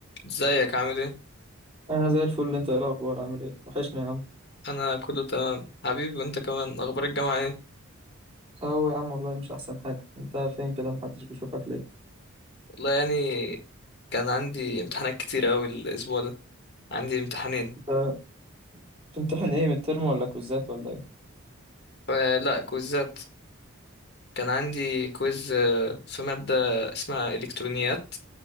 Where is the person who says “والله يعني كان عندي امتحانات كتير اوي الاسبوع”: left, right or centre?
Left